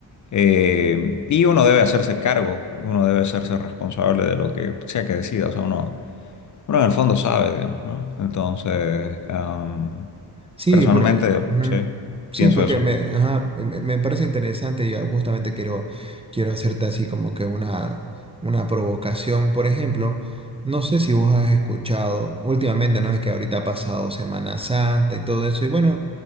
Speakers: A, on the left; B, on the right.
A: Eh, y uno debe hacerse cargo, uno debe hacerse responsable de lo que sea que decida, o sea, uno, uno en el fondo sabe, digamos, ¿no? Entonces, um,
B: Sí,
A: personalmente,
B: por- ujú.
A: sí,
B: Sí,
A: pienso
B: porque
A: eso.
B: me, ajá, me, me parece interesante. Yo justamente quiero, quiero hacerte así como que una, una provocación. Por ejemplo, no sé si vos has escuchado últimamente, ¿no? Es que ahorita ha pasado Semana Santa y todo eso. Y bueno,